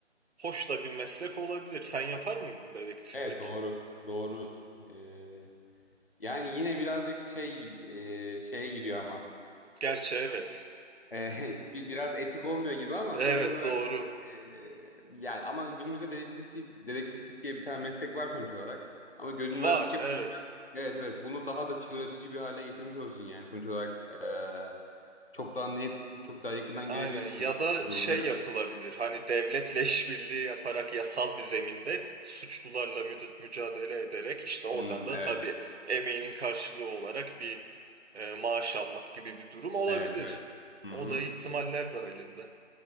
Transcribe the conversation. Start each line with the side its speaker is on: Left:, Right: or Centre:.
Right: hoş da bir meslek olabilir. Sen yapar mıydın dedektiflik?
Left: Evet doğru. Doğru. Ee, yani yine birazcık şey e, şeye giriyor ama.
Right: Gerçi evet.
Left: Ee, <laughs> bi- biraz etik olmuyor gibi ama
Right: Evet
Left: sonuç olarak
Right: doğru.
Left: e, yani ama günümüzde dedektiflik, dedektiflik diye bir tane meslek var sonuç olarak. Ama görünmezlik
Right: Var
Left: yapınca
Right: evet.
Left: evet evet bunu daha da çığır açıcı bir hale getirmiş olsun yani sonuç olarak e, Çok daha net, çok daha yakından
Right: Aynen
Left: görebilirsin
Right: ya da
Left: durumları.
Right: şey yapılabilir hani devletle <laughs> işbirliği yaparak yasal bir zeminde suçlularla müd- mücadele ederek işte oradan
Left: Hmm,
Right: da
Left: evet,
Right: tabii emeğinin karşılığı olarak bir e, maaş almak gibi bir durum olabilir.
Left: evet, evet. Hı
Right: O
Left: hı.
Right: da ihtimaller dahilinde.